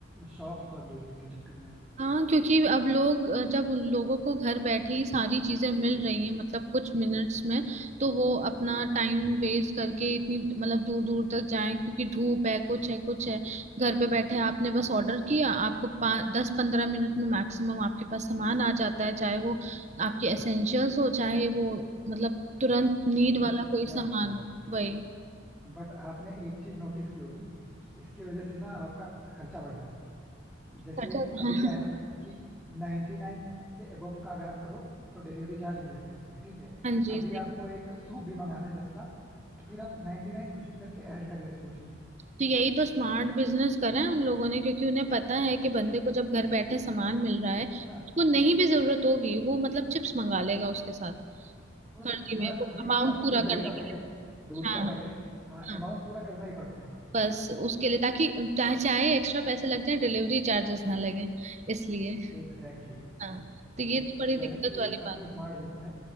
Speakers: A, in the centre; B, on the right.
A: शॉप्स बंद हुई है इसके चक्कर में
B: हाँ क्योंकि अब लोग अ, जब उन लोगों को घर बैठे ही सारी चीजें मिल रही हैं मतलब कुछ मिनट्स में तो वो अपना टाइम वेस्ट करके इतनी मतलब दूर दूर तक जाएं क्योंकि धूप है कुछ है कुछ है घर पे बैठे आपने बस ऑर्डर किया आपको पाँच दस पंद्रह मिनट में मैक्सिमम आपके पास सामान आ जाता है चाहे वो आपके एसेंशियल्स हो चाहे वो मतलब तुरंत नीड वाला
A: Exactly
B: कोई सामान
A: exactly.
B: हो वही
A: बट आपने एक चीज नोटिस की होगी कि इसकी वजह से ना आपका खर्चा बढ़ गया जैसे
B: खर्चा <laughs>
A: अभी क्या है ना कि 99 से अबव का अगर आप करो तो डिलीवरी चार्ज नहीं लगता है ठीक है
B: हाँ हाँ जी
A: अभी आपको एक सूप भी मंगाना है दस का तो फिर आप 99 कुछ भी करके ऐड कर लेते हो उसमें
B: तो यही तो स्मार्ट बिजनेस करा है उन लोगों ने क्योंकि उन्हें पता है कि बंदे को जब घर बैठे सामान मिल रहा है
A: <laughs> हाँ
B: उसको
A: हाँ
B: नहीं भी जरूरत होगी वो मतलब चिप्स मंगा लेगा उसके साथ
A: कुछ
B: फर्जी
A: हाँ
B: में वो
A: कुछ भी
B: अमाउंट
A: नहीं ना तो
B: पूरा
A: फिर दही
B: करने
A: का
B: के
A: पैकेट
B: लिए
A: दूध
B: हाँ
A: का पैकेट
B: हाँ
A: हाँ
B: हाँ
A: अमाउंट पूरा करना ही पड़ता है
B: बस उसके लिए ताकि चाहे चाहे एक्स्ट्रा पैसे लग जाए डिलीवरी चार्जेस ना लगे इसलिए
A: Exactly exactly.
B: हाँ तो ये
A: तो
B: तो बड़ी
A: ये
B: दिक्कत
A: है ना कि
B: वाली
A: ये काफी
B: बात
A: स्मार्ट
B: है
A: बिजनेस है